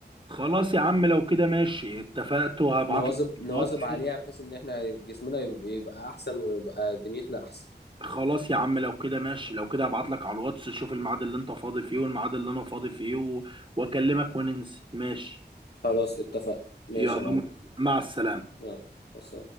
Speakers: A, on the right; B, on the left.
A: خلاص يا عم لو كده ماشي اتفقت وهبعت
B: نواظب
A: لك على
B: نواظب
A: الواتس
B: عليها بحيث ان احنا جسمنا يبقى يبقى احسن ويبقى دنيتنا احسن
A: خلاص يا عم لو كده ماشي لو كده هبعت لك على الواتس شوف الميعاد اللي انت فاضي فيه والميعاد اللي انا فاضي فيه و... واكلمك وننزل ماشي
B: خلاص اتفقنا ماشي
A: يلا
B: يا معلم
A: مع السلامة
B: يلا بس